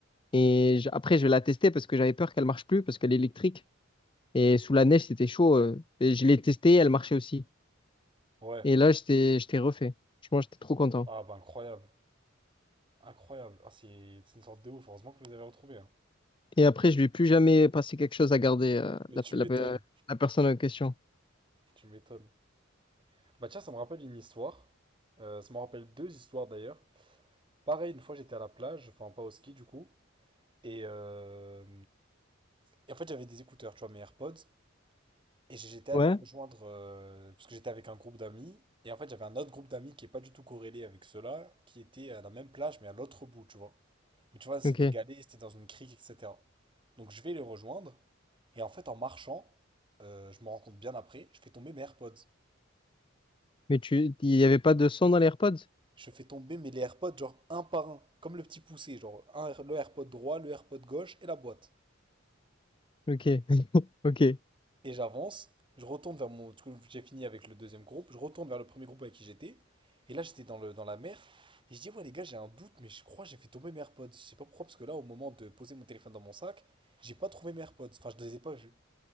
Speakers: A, on the left; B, on the right.
A: Et je- après, je vais la tester parce que j'avais peur qu'elle marche plus parce qu'elle est électrique. Et sous la neige, c'était chaud. euh, et je l'ai testée, elle marchait aussi.
B: Ouais.
A: Et là, j'étais, j'étais refait. Franchement, j'étais trop content.
B: Ah, bah, incroyable. Incroyable. Ah, c'est c'est une sorte de ouf. Heureusement que vous les avez retrouvés. hein.
A: Et après, je lui ai plus jamais passé quelque chose à garder, euh,
B: Mais
A: la,
B: tu
A: la,
B: m'étonnes.
A: la personne en question.
B: Tu m'étonnes. Bah, tiens, ça me rappelle une histoire. Euh, ça me rappelle deux histoires d'ailleurs. Pareil, une fois, j'étais à la plage, enfin, pas au ski du coup. Et, euh, et en fait, j'avais des écouteurs, tu vois, mes AirPods. Et j'étais allé
A: Ouais.
B: rejoindre, euh, parce que j'étais avec un groupe d'amis, et en fait j'avais un autre groupe d'amis qui est pas du tout corrélé avec ceux-là, qui était à la même plage mais à l'autre bout, tu vois. Mais tu vois, c'est
A: Ok.
B: dégalé, c'était dans une crique, etc. Donc je vais les rejoindre, et en fait en marchant, euh, je me rends compte bien après, je fais tomber mes AirPods.
A: Mais tu, il n'y avait pas de son dans les AirPods?
B: Je fais tomber mes les AirPods genre un par un, comme le petit poussé, genre un, le AirPod droit, le AirPod gauche et la boîte.
A: Ok. <laughs> Ok.
B: Et j'avance, je retourne vers mon. Du coup, j'ai fini avec le deuxième groupe, je retourne vers le premier groupe avec qui j'étais. Et là, j'étais dans le, dans la mer. Et je dis, ouais, les gars, j'ai un doute, mais je crois que j'ai fait tomber mes AirPods. Je sais pas pourquoi, parce que là, au moment de poser mon téléphone dans mon sac, j'ai pas trouvé mes AirPods. Enfin, je les ai pas vus.